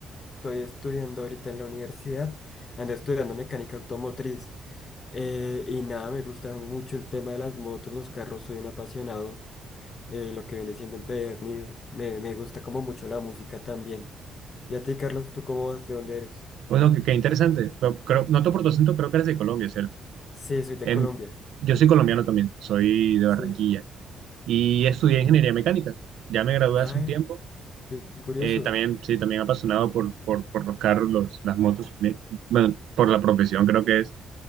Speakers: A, on the left; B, on the right.
A: estoy estudiando ahorita en la universidad, ando estudiando mecánica automotriz. eh, y nada, me gusta mucho el tema de las motos, los carros, soy un apasionado, eh, lo que viene siendo empedernido. Me, me gusta como mucho la música también. ¿Y a ti, Carlos, tú cómo vas? ¿De dónde eres?
B: Bueno, qué, qué interesante. Pero Creo, noto por tu acento, creo que eres de Colombia, ¿cierto?
A: Sí, soy de
B: Em,
A: Colombia.
B: yo soy colombiano también, soy de
A: Sí.
B: Barranquilla y
A: <laughs>
B: estudié ingeniería mecánica. Ya me gradué
A: Ay,
B: hace un tiempo.
A: qué curioso.
B: Eh, también, sí, también apasionado por, por, por los carros, los- las motos, eh, bueno, por la profesión, creo que es.